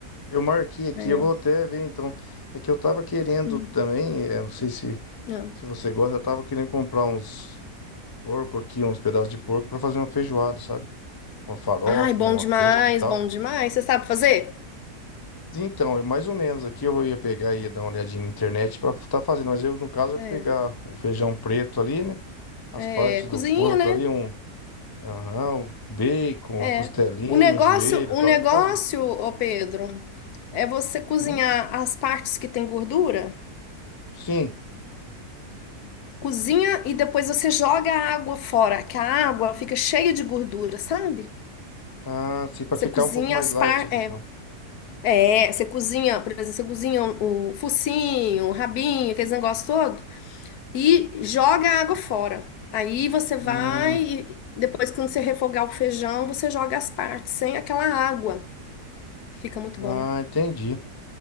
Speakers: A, on the left; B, on the left.
A: eu marquei aqui,
B: É.
A: eu vou até ver então. É que eu tava querendo
B: Hum,
A: também, é, não sei se,
B: não.
A: se você gosta, eu tava querendo comprar uns porco aqui, uns pedaços de porco para fazer uma feijoada, sabe? Uma farofa,
B: Ai, bom
A: uma
B: demais,
A: couve e tal.
B: bom demais. Você sabe fazer?
A: Então, é mais ou menos aqui eu ia pegar e ia dar uma olhadinha na internet para estar fazendo, mas eu, no caso, eu
B: É.
A: pegar o feijão preto ali, né? As partes
B: É, cozinha,
A: do porco
B: né?
A: ali, um, aham, um bacon,
B: É.
A: um costelinho,
B: O negócio,
A: um joelho
B: o
A: e tal,
B: negócio,
A: e fazer.
B: ô Pedro, é você cozinhar
A: Hum?
B: as partes que tem gordura,
A: Sim.
B: cozinha e depois você joga a água fora, que a água fica cheia de gordura, sabe?
A: Ah, sim, para
B: Você
A: ficar
B: cozinha
A: um pouco mais
B: as
A: light
B: partes.
A: ali,
B: É,
A: então.
B: é, você cozinha, por exemplo, você cozinha o focinho, o rabinho, aqueles negócios todo, e joga a água fora. Aí você vai,
A: Hum,
B: e depois quando você refogar o feijão, você joga as partes sem aquela água. Fica muito bom.
A: ah, entendi.